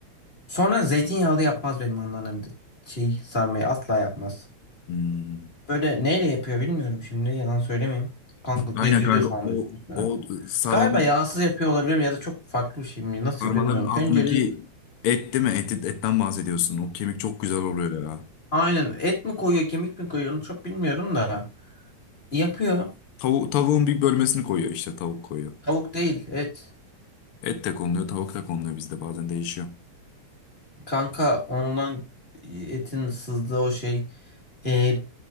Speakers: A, on the left; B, on the left.
A: Sonra zeytinyağlı yapmaz benim anneannem de. Şey sarmayı asla yapmaz.
B: Hmm.
A: Böyle neyle yapıyor bilmiyorum şimdi yalan söylemeyeyim. Kanka
B: Aynen
A: diziyor
B: kanka
A: sonra
B: o
A: üst üstüne.
B: o sarmanın
A: Galiba yağsız yapıyor olabilirim ya da çok farklı bir şey mi? Nasıl
B: sarmaların
A: yapıyor bilmiyorum.
B: altındaki
A: Tencereyi
B: et değil mi? Et, etten bahsediyorsun. O kemik çok güzel oluyor ya.
A: aynen et mi koyuyor kemik mi koyuyor onu çok bilmiyorum da. Yapıyor.
B: Tavu tavuğun bir bölmesini koyuyor işte tavuk koyuyor.
A: Tavuk değil et.
B: Et de konuluyor, tavuk da konuluyor bizde bazen değişiyor.
A: Kanka ondan etin sızdığı o şey. E,